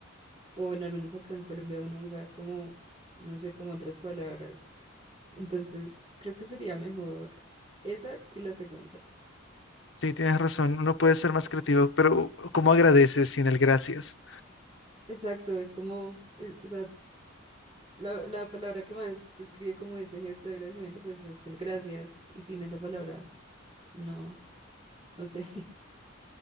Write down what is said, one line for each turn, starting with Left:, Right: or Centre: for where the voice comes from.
Right: o bueno, al menos acá en Colombia uno usa como, no sé, como otras palabras. Entonces, creo que sería mejor esa que la segunda.
Left: Sí, tienes razón, uno puede ser más creativo, pero ¿cómo agradeces sin el gracias?
Right: Exacto, es como, es- o sea, La, la palabra que más describe como ese gesto de agradecimiento, pues es el gracias. Y sin esa palabra, no, no sé, <laughs>